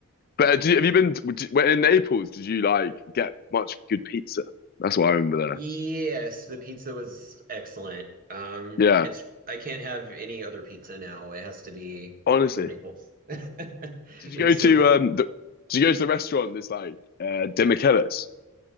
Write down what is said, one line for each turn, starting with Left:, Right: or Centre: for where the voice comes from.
Left: But uh, do you, have you been would you- when in Naples? Did you like get much good pizza? That's what I remember
Right: Yes,
Left: there.
Right: the pizza was excellent. Um,
Left: Yeah.
Right: it's I can't have any other pizza now. It has to be
Left: Honestly,
Right: from Naples. <laughs>
Left: did you
Right: It
Left: go
Right: was
Left: to
Right: so good.
Left: um? The, did you go to the restaurant that's like uh, De Michelis?